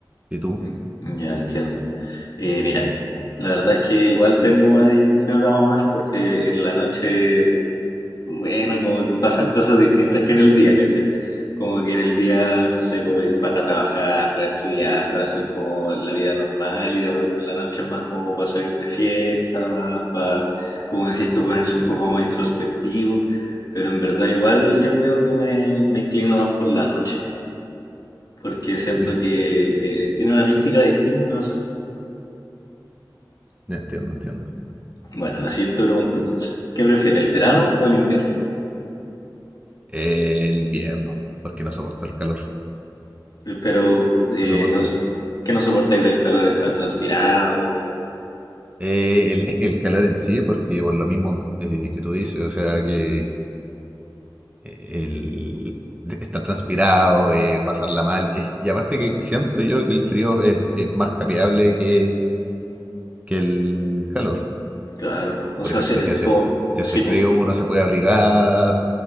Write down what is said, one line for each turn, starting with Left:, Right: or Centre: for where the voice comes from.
Right: ¿Y tú?
Left: mm, ya entiendo. Eh, mira, la verdad es que igual tengo una disyuntiva acá más o menos porque en la noche Bueno, como que pasan cosas distintas que en el día, ¿cachai? Como que en el día, no sé, pues es para trabajar, para estudiar, para hacer como la vida normal y de repente en la noche es más como para salir de fiesta, más para, como decís tú, ponerse un poco más introspectivo. Pero en verdad igual yo creo que me, me inclino más por la noche, porque siento
Right: Bien,
Left: que, que tiene una mística distinta, no sé.
Right: ya entiendo, entiendo.
Left: Bueno, la siguiente pregunta entonces. ¿Qué prefiere, el verano o el invierno?
Right: Eh, el invierno, porque no soporto el calor.
Left: Pero eh,
Right: No soporto
Left: no, s- que no soportáis del calor, estar transpirado,
Right: eh, el, el calor en sí, porque por lo mismo eh, que tú dices, o sea, que el de estar transpirado, eh, pasarla mal. Eh, Y aparte que siento yo que el frío es, es más capeable que, que el calor.
Left: claro. O
Right: Por
Left: sea,
Right: ejemplo,
Left: se-
Right: si hace,
Left: como,
Right: si
Left: sí,
Right: hace frío
Left: po,
Right: uno se puede abrigar,